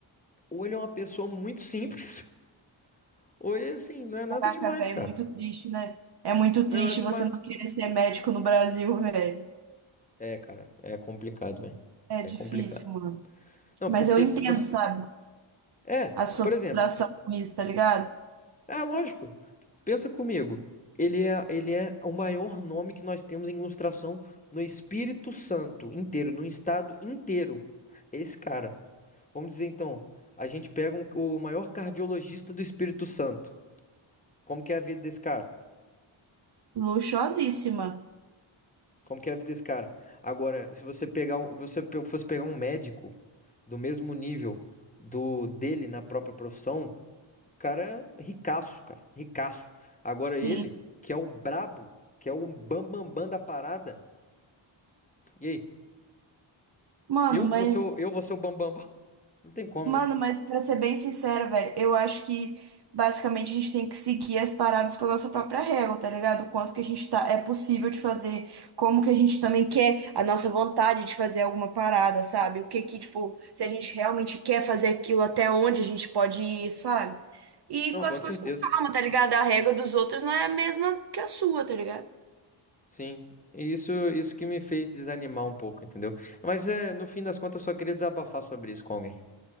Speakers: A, on the left (about 15°); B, on the right (about 55°).
A: ou ele é uma pessoa muito simples, <laughs> ou ele, assim, não é nada
B: Caraca,
A: demais,
B: velho,
A: cara.
B: é muito triste, né? É muito
A: Não
B: triste
A: é nada demais.
B: você não querer ser médico no Brasil, velho.
A: É, cara, é complicado, velho.
B: É
A: É
B: difícil,
A: complicado.
B: mano.
A: Não,
B: Mas
A: porque
B: eu entendo,
A: se você.
B: sabe?
A: É,
B: A sua
A: por
B: frustração
A: exemplo,
B: com isso, tá ligado?
A: é lógico. Pensa comigo. Ele é, ele é o maior nome que nós temos em ilustração no Espírito Santo inteiro, no estado inteiro. É Esse cara. Vamos dizer então, a gente pega um- o maior cardiologista do Espírito Santo. Como que é a vida desse cara?
B: Luxuosíssima.
A: Como que é a vida desse cara? Agora, se você pegar, um- você pe- fosse pegar um médico do mesmo nível do dele na própria profissão, o cara é ricaço, cara, ricaço. Agora
B: Sim.
A: ele, que é o brabo, que é o bambambam bam, bam da parada, e aí?
B: Mano,
A: Eu que
B: mas
A: vou ser, o- eu vou ser o bambambam? Bam, bam? Não tem como,
B: Mano,
A: né?
B: mas pra ser bem sincero, velho, eu acho que basicamente a gente tem que seguir as paradas com a nossa própria régua, tá ligado? O quanto que a gente tá, é possível de fazer, como que a gente também quer a nossa vontade de fazer alguma parada, sabe? O que que, tipo, se a gente realmente quer fazer aquilo, até onde a gente pode ir, sabe? E
A: Não,
B: com
A: com
B: as
A: certeza.
B: coisas com calma, tá ligado? A régua dos outros não é a mesma que a sua, tá ligado?
A: Sim. E isso, isso que me fez desanimar um pouco, entendeu? Mas é, no fim das contas, eu só queria desabafar sobre isso com alguém.